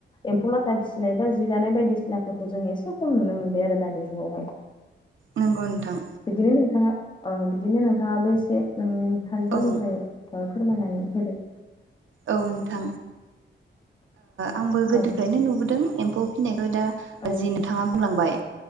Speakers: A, on the left (about 25°); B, on the right (about 80°).
A: एम्फौ लाथा फिसिनाय बा जि दानाय बायदिसिनाफोरखौ जों एसे खम नुनो मोनबाय आरो दानि जुगावहाय
B: नंगौ नोंथां
A: बिदिनो नोंथाङा ओ बिदिनो नोंथाङाबो एसे नोंथांनि फालनिफ्राय
B: औ
A: फोरमायनानै होदो
B: औ नोंथां आंबो गोदोफ्रायनो
A: औ
B: नुबोदों एम्फौ फिनायखौ दा
A: औ
B: जि नोंथाङा बुंलांबाय